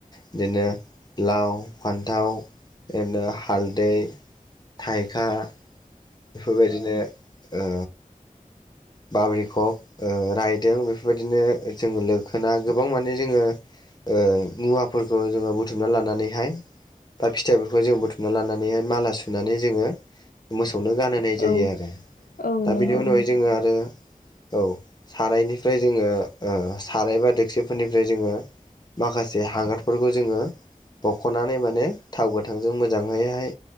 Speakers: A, on the left (about 30°); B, on the left (about 80°).
A: बिदिनो लाव फान्थाव इदिनो हालदै, थाइखा बेफोरबायदिनो ओ! बाब्रिखब ओ रायदों बेफोरबायदिनो जोङो लोखोना गोबां माने जोङो। ओ मुवाफोरखौ जोङो बुथुमना लानानैहाय। बा फिथाइफोरखौ जोङो बुथुमना लानानैहाय माला सुनानै जोङो मोसौ नो गानहोनाय
B: औ
A: जायो आरो
B: औ
A: दा
B: नंगौ
A: बिनि उनावहाय जोङो आरो। औ सारायनिफ्राय जोङो ओ साराय बा देक्सिफोरनिफ्राय जोङो माखासे हांगारफोरखौ जोङो बख'नानै माने थाव गोथांजों मोजाङैहाय।